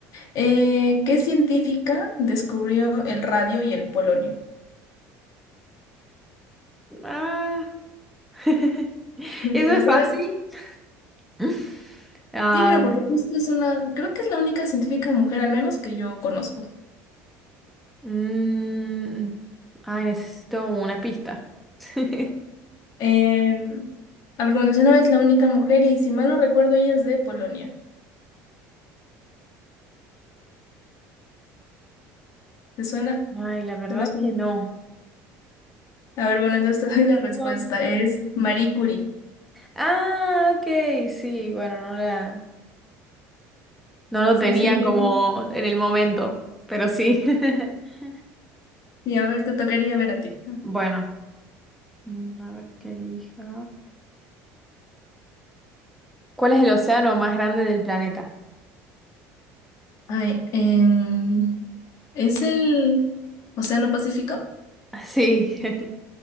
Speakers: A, on the left (about 60°); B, in the centre.
A: Eh, ¿qué científica descubrió el radio y el polonio?
B: Ah, <laughs>
A: <laughs>
B: eso
A: ¿Te la
B: es
A: sabes?
B: fácil. <laughs> Ah,
A: Sí, creo, porque justo es una, creo que es la única científica mujer, al menos que yo conozco.
B: mm, ay, necesito una pista. <laughs>
A: Eh, a ver, como mencionaba, es la única mujer y si mal no recuerdo, ella es de Polonia. ¿Te suena?
B: Ay, la verdad
A: Tal vez.
B: que no.
A: A ver, bueno, entonces <laughs> te doy la respuesta.
B: Perdón.
A: Es Marie Curie.
B: Ah, ok, sí, bueno, no la, no lo
A: Sí,
B: tenía
A: sí.
B: como
A: sí.
B: en el momento, pero sí. <laughs>
A: Y a ver, te tocaría ver a ti.
B: Bueno, mm, a ver qué elija. ¿Cuál es el océano más grande del planeta?
A: Ay, em, ¿es el Océano Pacífico?
B: Sí, <laughs>